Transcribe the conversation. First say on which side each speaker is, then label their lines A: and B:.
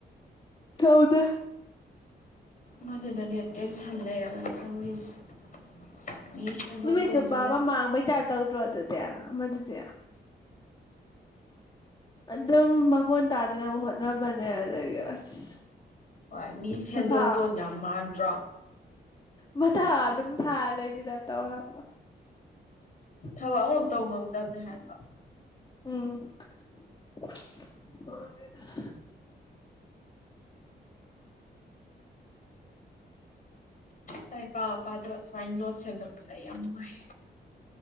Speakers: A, on the left (about 25°); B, on the left (about 45°).
A: ꯇꯧꯗꯦ
B: ꯃꯗꯨꯗꯅꯦ ꯇꯦꯟꯁꯟ ꯂꯩꯔꯒꯅꯦ <unintelligible> ꯃꯤ ꯁꯦꯟꯗꯣꯜ
A: ꯅꯨꯃꯤꯠ
B: ꯇꯣꯟꯕꯁꯦ
A: ꯆꯨꯞꯄ ꯑꯃ ꯃꯥꯡꯕꯩ ꯇꯥꯏꯞ ꯇꯧꯗ꯭ꯔꯣ ꯑꯗꯨꯗꯤ ꯑꯃꯗꯨꯗꯤ ꯑꯗꯨꯝ ꯃꯑꯣꯟ ꯇꯥꯗꯅꯕ ꯍꯣꯠꯅꯕꯅꯦ ꯑꯗꯨꯗꯒꯤ ꯑꯁ
B: ꯍꯣꯏ ꯃꯤ ꯁꯦꯟꯗꯣꯟ
A: ꯃꯊꯥ
B: ꯇꯣꯟ ꯌꯥꯝ ꯃꯥꯟꯗ꯭ꯔꯣ
A: ꯃꯊꯥ ꯑꯗꯨꯝ ꯁꯥꯔ ꯂꯩꯕꯗꯥꯏ ꯇꯧꯑꯦ ꯍꯥꯏꯕ
B: ꯊꯕꯛ ꯑꯃ ꯇꯧ ꯉꯝꯗꯕꯅꯦ ꯍꯥꯏꯕ
A: ꯎꯝ <unintelligible> <inaudible>
B: ꯂꯥꯏꯔꯤꯛ ꯄꯥ ꯄꯥꯗꯕ ꯁꯨꯃꯥꯏꯅ ꯅꯣꯠꯁ ꯁꯦꯝꯗꯣꯛꯄꯁꯦ ꯑꯩ ꯌꯥꯝ ꯅꯨꯡꯉꯥꯏ